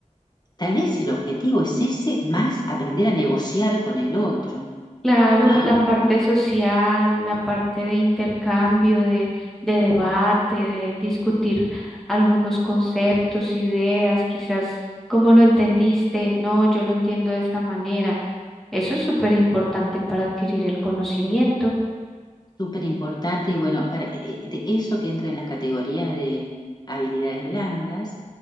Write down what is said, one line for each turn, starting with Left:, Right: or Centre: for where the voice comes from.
Left: Tal vez el objetivo es ese, más aprender a negociar con el otro,
Centre: Claro,
Left: a,
Centre: la parte social, la parte de intercambio, de, de debate, de discutir algunos conceptos, ideas, quizás cómo lo entendiste, no, yo lo entiendo de esta manera. Eso es súper importante para adquirir el conocimiento.
Left: súper importante y bueno, para, eh, de eso que entra en las categorías de habilidades blandas,